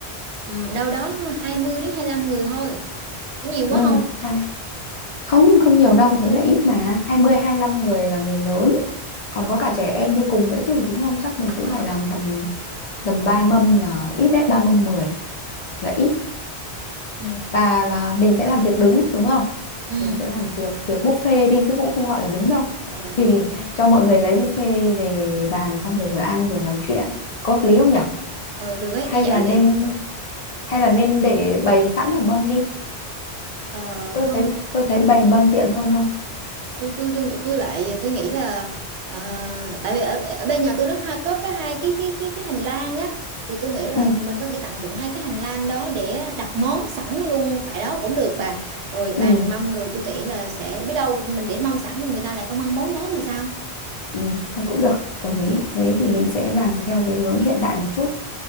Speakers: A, on the right; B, on the left.
A: ừm, đâu đó 20 đến hai lăm người thôi có nhiều quá
B: ừ
A: không
B: hai không không nhiều đâu thế là ít mà 20 lăm người là người lớn còn có cả trẻ em đi cùng nữa chứ đúng không chắc mình
A: ờ
B: cũng
A: ờ
B: phải làm
A: ờ
B: tầm tầm ba mâm là ít đấy ba mâm 10 là ít
A: ừ
B: và là mình sẽ làm tiệc đứng đúng không
A: ừ
B: mình sẽ làm tiệc tiệc buffet đi chứ cũng không gọi là đứng đâu
A: ờ
B: <laughs>
A: ờ
B: vì
A: thì buffet
B: cho mọi người lấy buffet về bàn xong rồi vừa ăn vừa nói chuyện có
A: ừ
B: hợp lý không nhở
A: ờ được ấy
B: hay
A: như vậy
B: là nên
A: thì
B: hay
A: sao
B: là nên để bày sẵn ở mâm đi
A: ờ
B: tôi
A: không
B: thấy tôi thấy bày mâm tiện hơn không
A: tôi tôi tôi tôi lại tôi nghĩ là à, tại vì ở, ở bên nhà tôi nó hai có cái hai cái cái cái cái hành lang á thì tôi nghĩ là
B: ừ
A: mình có thể tận dụng hai cái hành lang đó để đặt món sẵn luôn tại đó cũng được bà rồi bàn
B: ừ
A: mâm rồi tôi nghĩ là sẽ biết đâu mình để mâm sẵn rồi người ta lại không ăn món đó thì sao
B: ừ thôi cũng được đồng ý thế thì mình sẽ làm theo cái hướng hiện đại một chút